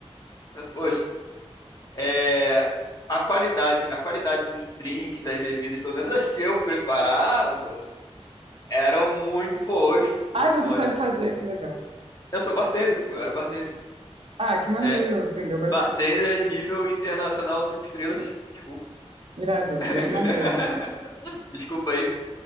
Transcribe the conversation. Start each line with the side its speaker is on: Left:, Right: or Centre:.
Left: <laughs> Oxe, é, a qualidade, a qualidade dos drinks, das bebidas, pelo menos as que eu preparava, eram muito boas, muito
Right: Ai, você
Left: bons.
Right: sabe fazer, que legal.
Left: Eu sou bartender, pô, eu era bartender.
Right: Ah, que maneiro,
Left: É,
Right: aprendeu bastante.
Left: bartender nível internacional cinco estrelas, desculpa.
Right: Irado, bem
Left: <laughs>
Right: maneiro.
Left: Desculpa aí.